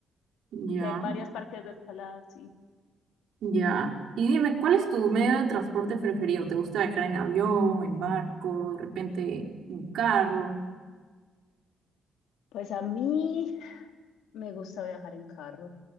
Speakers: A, on the right; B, on the left.
A: Ya,
B: que hay varios parques de escalada, sí.
A: ya. Y dime, ¿cuál es tu medio de transporte preferido? ¿Te gusta viajar en avión, en barco, de repente un carro?
B: Pues a mí me gusta viajar en carro,